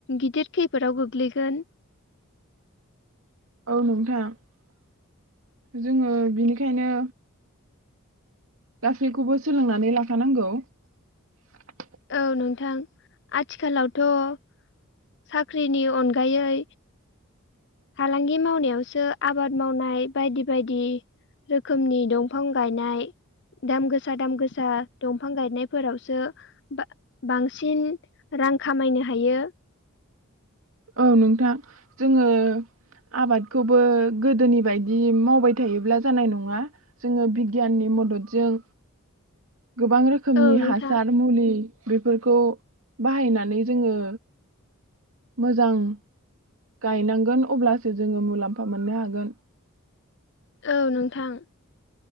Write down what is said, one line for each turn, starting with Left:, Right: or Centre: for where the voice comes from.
Left: गिदिर खैफोदाव गोग्लैगोन ।
Right: औ नोंथां जोङो बिनिखायनो गासैखौबो सोलोंनानै लाखानांगौ ।
Left: औ नोंथां आथिखालावथ' साख्रिनि अनगायै फालांगि मावनायावसो आबाद मावनाय बायदि बायदि रोखोमनि दंफां गायनाय दाम गोसा दाम गोसा दंफां गायनायफोरावसो बा-बांसिन रां खामायनो हायो ।
Right: औ नोंथां जोङो आबादखौबो गोदोनि बायदि मावबाय थायोब्ला जानाय नङा जोङो बिगियाननि मददजों गोबां रोखोमनि
Left: औ नोंथां
Right: हासार मुलि बेफोरखौ बाहायनानै जोङो मोजां गायनांगोन अब्लासो जोङो मुलाम्फा मोननो हागोन ।
Left: औ नोंथां